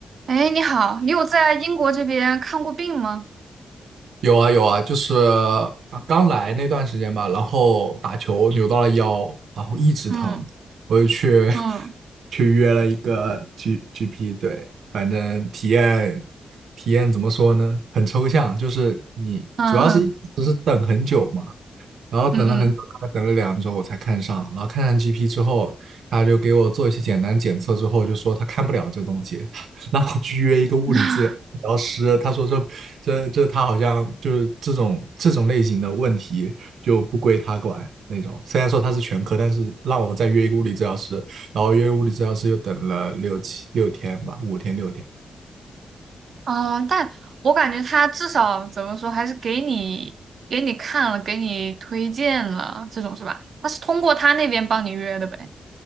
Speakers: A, on the right (about 60°); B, on the right (about 75°).
A: 哎，你好，你有在英国这边看过病吗？
B: 有啊有啊，就是啊刚来那段时间吧，然后打球扭到了腰，然后一直疼，
A: 嗯
B: 我就去
A: 嗯
B: <laughs> 去约了一个 G GP，对，反正体验体验怎么说呢，很抽象，就是你主要是一直是等很久嘛，
A: 嗯哼
B: 然后等了很久，
A: 嗯
B: 大概等了两周我才看上。然后看上 GP 之后，他就给我做一些简单检测，之后就说他看不了这东西，<laughs> 让我去约一个物理治疗师。
A: 嗯，<laughs>
B: 他说这这这他好像就是这种这种类型的问题就不归他管那种。虽然说他是全科，但是让我再约一个物理治疗师，然后约物理治疗师又等了六七六天吧，五天六天。
A: 啊哦，但我感觉他至少怎么说，还是给你给你看了，给你推荐了，这种是吧？他是通过他那边帮你约的呗，